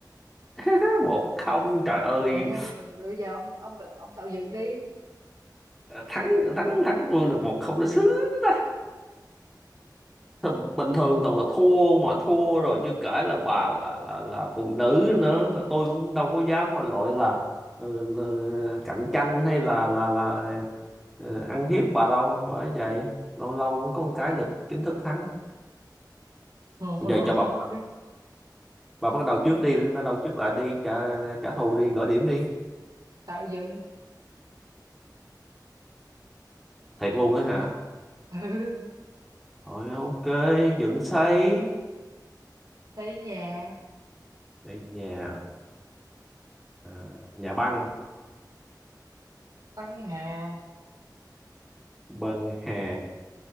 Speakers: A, in the centre; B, on the right.
A: <laughs> một không trời ơi
B: Rồi hay bây giờ ông, ông, tự- ông tạo dựng đi.
A: Ờ, thắng thắng thắng Vương được một không nó sướng ta Thôi, bình thường toàn là thua mà thua rồi chưa kể là bà là là là phụ nữ nữa tôi cũng đâu có dám mà gọi là ừ, là cạnh tranh hay là là là ờ, ăn hiếp bà đâu bởi vậy lâu lâu mới có một cái được chính thức thắng
B: <laughs>
A: giờ cho bà bà bắt đầu trước đi bắt đầu trước lại đi trả trả thù đi gỡ điểm đi
B: tạo dựng.
A: thiệt luôn á hả
B: Ừ.
A: rồi ok dựng xây
B: Thấy nhà.
A: đây nhà à, nhà băng
B: Tăng Hà.
A: băng hà